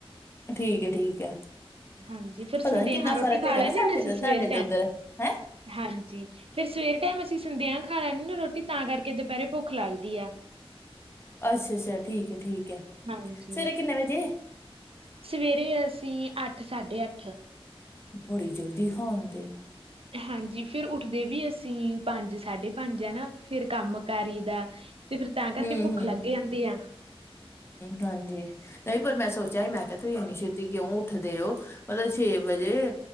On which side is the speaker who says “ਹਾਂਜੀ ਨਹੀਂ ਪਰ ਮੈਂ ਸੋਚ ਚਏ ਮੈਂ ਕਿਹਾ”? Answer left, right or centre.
Left